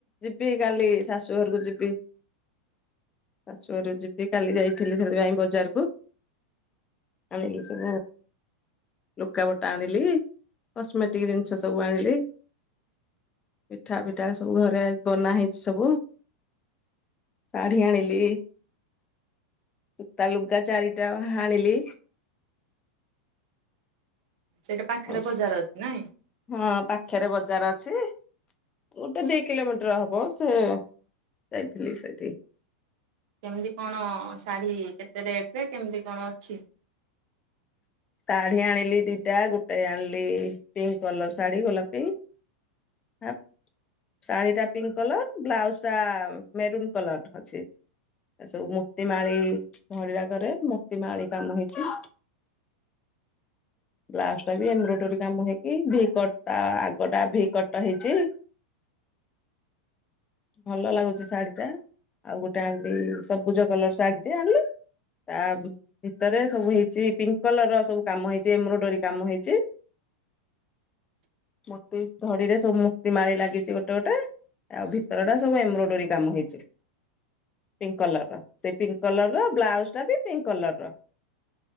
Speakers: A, on the left; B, on the right.
A: ଯିବି କାଲି ଶାଶୁ ଘରକୁ ଯିବି।
B: <inaudible>
A: ଆ ଶାଶୁଘର ଯିବି କାଲି ଯାଇଥିଲି ସେଥିପାଇଁ ବଜାରକୁ। ଆଣିଲି ସବୁ ଲୁଗାପଟା ଆଣିଲି, କସ୍ମେଟିକ ଜିନିଷ ସବୁ ଆଣିଲି। ପିଠା ପିଠା ସବୁ ଘରେ ବନା ହେଇଛି ସବୁ, ଶାଢୀ ଆଣିଲି। ସୂତା ଲୁଗା ଚାରିଟା ଆଣିଲି।
B: ସେଇଟା ପାଖରେ
A: ଆଉ
B: ବଜାର ଅଛି ନାଇଁ?
A: ହଁ, ପାଖରେ ବଜାର ଅଛି। ଗୋଟେ ଦି କିଲୋମିଟର ହବ, ସେ ଯାଇଥିଲି ସେଇଠି।
B: କେମିତି କଣ ଶାଢୀ କେତେ ରେଟ ରେ, କେମିତି କଣ ଅଛି?
A: ଶାଢୀ ଆଣିଲି ଦିଟା, ଗୋଟେ ଆଣିଲି ପିଙ୍କ କଲର ଶାଢୀ ଗୋଲାପି। <unintelligible> ଶାଢୀ ଟା ପିଙ୍କ କଲର ବ୍ଲାଉଜ ଟା ମେରୁନ୍ କଲର ଅଛି। ଏ ସବୁ ମୋତି ମାଳି ଧଳିଆ କରେ ମୋତି ମାଳି କାମ ହେଇଛି। ବ୍ଲାଉଜ ଟା ବି ଏମ୍ବ୍ରଡରୀ କାମ ହେଇକି ଭି କଟ ଆଗଟା ଭି କଟା ହେଇଛି।
B: <inaudible>
A: ଭଲ ଲାଗୁଛି ଶାଢୀ ଟା ଆଉ ଗୋଟେ ସବୁଜ କଲର ଶାଢୀ ଟେ ଆଣିଲ। ତା ଭିତରେ ସବୁ ହେଇଛି ପିଙ୍କ। କଲର ର ସବୁ କାମ ହେଇଛି ଏମ୍ବ୍ରୋଏଡରୀ କାମ ହେଇଛି।
B: <inaudible>
A: ମୁତି ଧଡିରେ ସବୁ ମୂର୍ତ୍ତି ମାଳି ଲାଗିଛି ଗୋଟେ ଗୋଟେ। ଆଉ ଭିତର ଟା ସବୁ ଏମ୍ବ୍ରୋଏଡୋରୀ କାମ ହେଇଛି। ପିଙ୍କ କଲର ର ସେଇ ପିଙ୍କ କଲର ର ବ୍ଲାଉଜ ଟା ବି ପିଙ୍କ କଲର